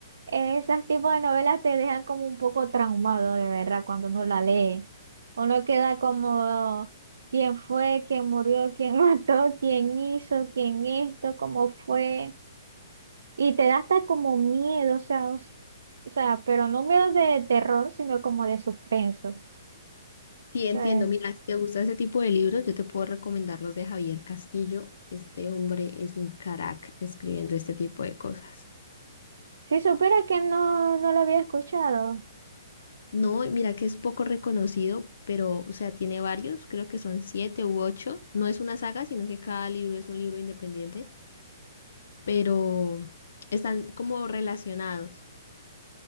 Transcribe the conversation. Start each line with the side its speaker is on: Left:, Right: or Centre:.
Right: esas tipos de novelas te dejan como un poco traumado, de verdad, cuando uno la lee. Uno queda como quién fue, quién murió, quién <laughs> mató, quién hizo, quién esto, cómo fue. Y te da hasta como miedo, o sea, o, s- o sea, pero no miedo de terror, sino como de suspenso.
Left: Sí, entiendo.
Right: Eh,
Left: Mira, si te gusta ese tipo de libros, yo te puedo recomendar los de Javier Castillo. Este hombre es un crack escribiendo este tipo de cosas.
Right: si supiera que no, no lo había escuchado,
Left: No, y mira que es poco reconocido, pero, o sea, tiene varios, creo que son siete u ocho. No es una saga, sino que cada libro es un libro independiente. pero están como relacionados.